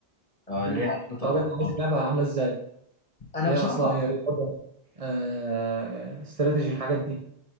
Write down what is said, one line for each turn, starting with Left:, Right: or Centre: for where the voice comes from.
Left: آه، اللي
Right: امم
Left: هي عزبة
Right: طب
Left: الأطفال
Right: انت عايز لعبه عامله ازاي
Left: انا
Right: اللي
Left: بصراحه
Right: هي اصلا رياضه آه، استراتيجي الحاجات دي